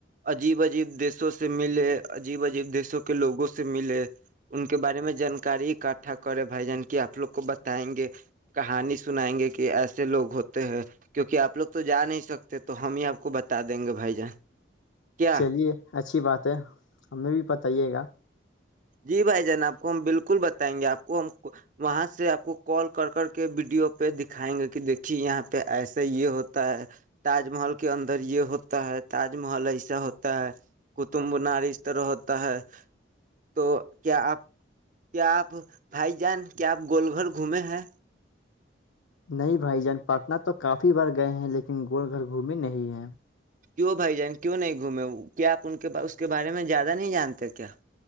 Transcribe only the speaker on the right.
عجیب عجیب دیسوں سے ملے عجیب عجیب دیشوں کے لوگوں سے ملے ان کے بارے میں جانکاری اکٹھا کرے بھائی جان کہ آپ لوگ کو بتائیں گے۔ کہانی سنائیں گے کہ ایسے لوگ ہوتے ہیں کیونکہ آپ لوگ تو جا نہیں سکتے تو ہم ہی آپ کو بتا دیں گے بھائی جان۔ کیا
جی بھائی جان آپ کو ہم بالکل بتائیں گے آپ کو ہم وہاں سے آپ کو کال کر کر کے ویڈیو پہ دکھائیں گے کہ دیکھیے یہاں پہ ایسا یہ ہوتا ہے تاج محل کے اندر یہ ہوتا ہے تاج محل ایسا ہوتا ہے کطب منار اس طرح ہوتا ہے۔ تو کیا آپ کیا آپ بھائی جان کیا آپ گول گھر گھومے ہیں۔
کیوں بھائی جان کیوں نہیں گھومے کیا آپ ان کے اس کے بارے میں زیادہ نہیں جانتے کیا۔